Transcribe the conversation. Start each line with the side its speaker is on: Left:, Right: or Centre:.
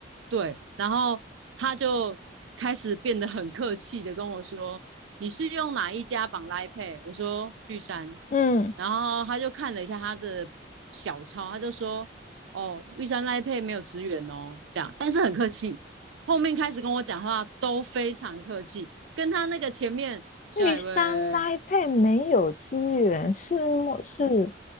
Right: 对，然后他就开始变得很客气的跟我说：“你是用哪一家绑拉 Pay？” 我说：“玉山。”
Left: 嗯，
Right: 然后他就看了一下他的小抄，他就说：“哦，玉山拉 Pay 没有职员哦。”这样，但是很客气。后面开始跟我讲话都非常客气，跟他那个前面下一位
Left: 玉山 l i n 没有资源，是么是